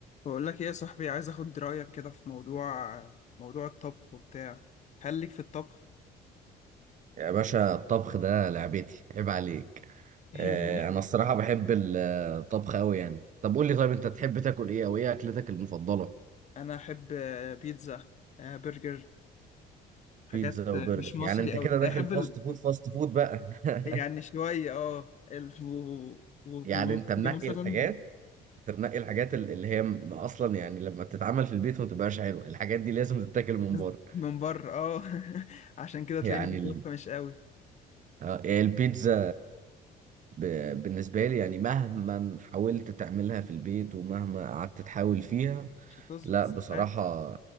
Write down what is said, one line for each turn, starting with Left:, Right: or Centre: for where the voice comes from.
Left: بقول لك ايه يا صاحبي عايز اخد رايك كده في موضوع موضوع الطبخ وبتاع هل ليك في الطبخ
Right: يا باشا الطبخ ده لعبتي عيب عليك
Left: <laughs>
Right: آه، انا الصراحة بحب ال- الطبخ قوي يعني طب قول لي طيب انت تحب تاكل ايه او ايه اكلتك المفضلة
Left: انا احب آه، بيتزا آه، برجر حاجات
Right: بيتزا وبرجر
Left: آه، مش مصري
Right: يعني انت
Left: قوي
Right: كده داخل
Left: احب
Right: فاست
Left: ال...
Right: فود فاست فود بقى <laughs>
Left: يعني شويه اه ال... و- وفي
Right: يعني
Left: المصري
Right: انت منقي
Left: مثلا
Right: الحاجات انت منقي الحاجات ال- اللي هي م- اصلا يعني لما بتتعمل في البيت ما بتبقاش حلوه الحاجات دي لازم تتاكل من
Left: بس
Right: بره
Left: من بره اه <laughs> عشان كده تلاقيني
Right: يعني
Left: في الطبخ
Right: ال-
Left: مش قوي
Right: آه، البيتزا ب- بالنسبة لي يعني مهما حاولت تعملها في البيت ومهما قعدت تحاول فيها
Left: مش هتظبط
Right: لا
Left: استحاله
Right: بصراحة